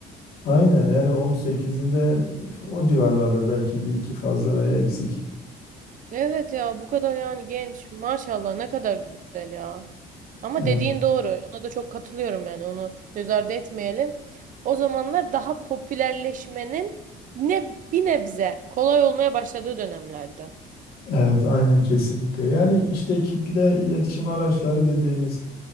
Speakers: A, on the left; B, on the right.
A: Aynen yani 18'inde o civarlarda belki bir iki fazla veya eksik.
B: Evet ya bu kadar yani genç. Maşallah ne kadar güzel ya. Ama
A: Evet,
B: dediğin doğru. Ona da çok katılıyorum yani. Onu göz ardı etmeyelim. O zamanlar daha popülerleşmenin ne bir nebze kolay olmaya başladığı dönemlerde.
A: evet aynen kesinlikle. Yani işte kitle iletişim araçları dediğimiz